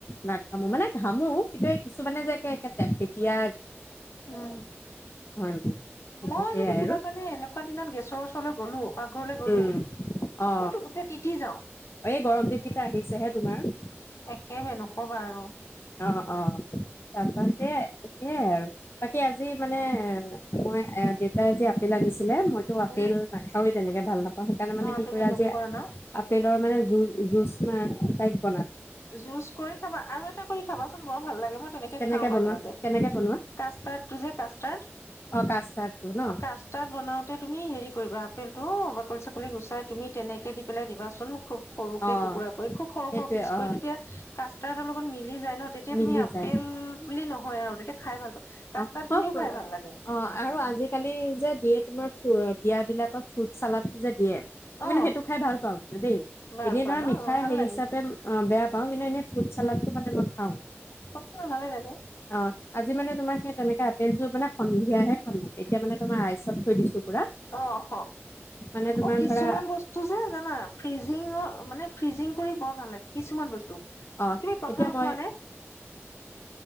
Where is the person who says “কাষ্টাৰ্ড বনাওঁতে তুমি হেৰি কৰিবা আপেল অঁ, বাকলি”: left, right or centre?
Left